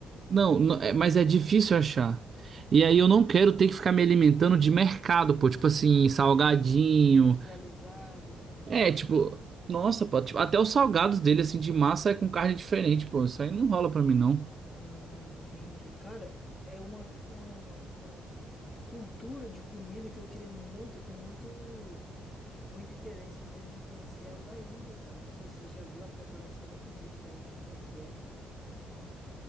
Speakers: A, on the right; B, on the left.
A: Não, não- é- mas é difícil achar. E aí eu não quero ter que ficar me alimentando de mercado, pô, tipo assim, salgadinho.
B: Industrializados e tudo
A: É,
B: mais.
A: tipo, nossa, pô, tipo, até os salgados dele, assim, de massa é com carne diferente, pô. Isso aí não rola pra mim, não.
B: Ah, entendi. Cara, é uma, uma, uma cultura de comida que eu queria muito. Eu tenho muito. Muito interesse mesmo em conhecer é o da Índia, cara. Não sei se você já viu a preparação da comida da Índia, como é que é.